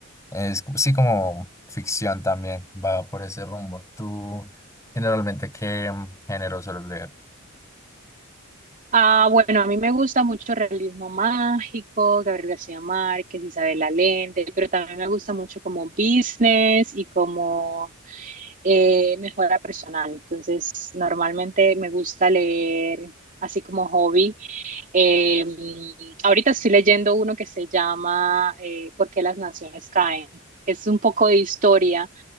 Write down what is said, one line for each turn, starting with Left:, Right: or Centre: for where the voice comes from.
Left: Es co- sí como ficción también, va por ese rumbo. ¿Tú generalmente qué mm, género sueles leer?
Right: Ah, bueno, a mí me gusta mucho el realismo mágico, Gabriel García Márquez, Isabel Allende, pero también me gusta mucho como business y como eh, mejora personal. Entonces, normalmente me gusta leer así como hobby. Eh, ahorita estoy leyendo uno que se llama eh, ¿Por qué las naciones caen? Es un poco de historia